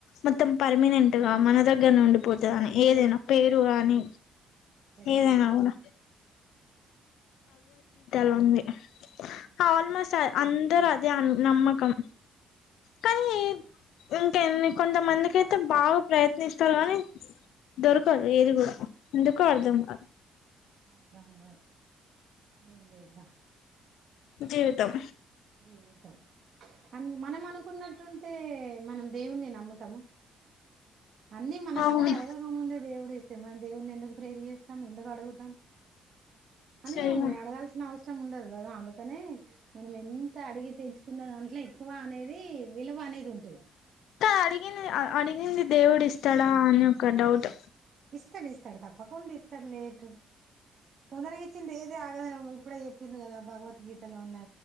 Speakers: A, on the left; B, on the right.
A: మొత్తం పర్మినెంట్ గా మన దగ్గర ఉండిపోతుందిని ఏదైనా పేరు కాని
B: వెరీ
A: ఏదేనా
B: గుడ్
A: కూడా లా ఉంది
B: ఆ
A: ఆల్మోస్ట్ అందరు అదే నమ్మకం కానీ ఇంక ఎన్ని కొంతమందికి అయితే బాగా ప్రయత్నిస్తారు కానీ దొరకదు ఏది కూడా ఎందుకో అర్ధం కాదు
B: అర్ధం కాదు ఏం చేదం
A: జీవితం
B: జీవితం అ మనం అనుకున్నట్టుంటే మనం దేవుణి నమ్ముతామ అన్ని మనకు
A: అవును
B: అడగకముందే దేవుడు ఇస్త మ దేవుని ఎందుకు ప్రేరు చేస్తాం ఎందుకు అడుగుతాం అన్ని
A: చెయ్యం
B: ఉన్నాయి అడగాల్సిన అవసరం కష్టం ఉండదు కదా అందుకనే మనం ఎంత అడిగి తెంచుకున్న దాంట్లో వికువ అనేది విలువ అనేది ఉంటుది
A: ఇ అడిగింది అడిగింది దేవుడు ఇస్తాడా అని ఒక డౌట్
B: ఇస్తాడు ఇస్తాడు తప్పకుండా ఇస్తాడు లేటు తొందరగా ఇచ్చింది ఏదే ఆగదనం ఇప్పుడే చెప్పింది కదా భగవద్గీతలో ఉన్నా